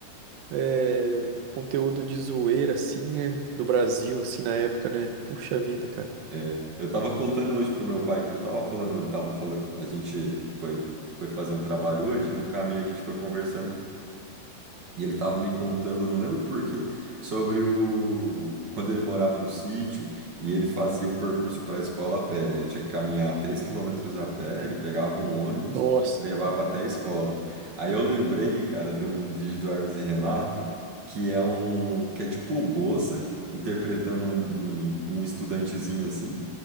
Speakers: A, on the right; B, on the right.
A: é, conteúdo de zoeira, assim, né? Do Brasil, assim, na época, né? Puxa vida, cara.
B: É, eu tava contando hoje pro meu pai que ele tava falando, ele tava falando, a gente foi, foi fazer um trabalho hoje, e no caminho a gente foi conversando, E ele estava me contando, não lembro por quê, sobre o quando ele morava no sítio e ele fazia o percurso para a escola a pé. Ele tinha que caminhar 3 quilômetros a pé, ele pegava um ônibus
A: Nossa.
B: que levava até a escola. Aí eu lembrei, cara, de um vídeo do Hermes e Renato, que é um que é tipo o Bossa interpretando um, um, um estudantezinho assim.